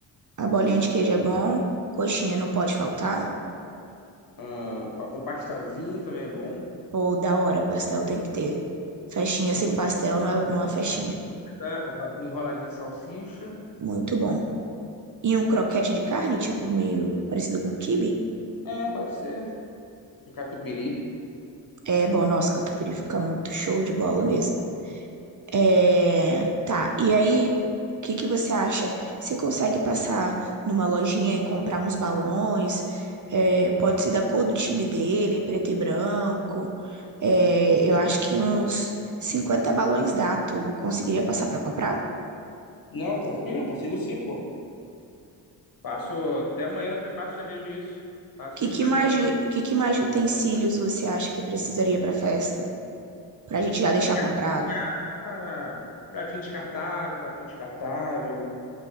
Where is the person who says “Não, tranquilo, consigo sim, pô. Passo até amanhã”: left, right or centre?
Left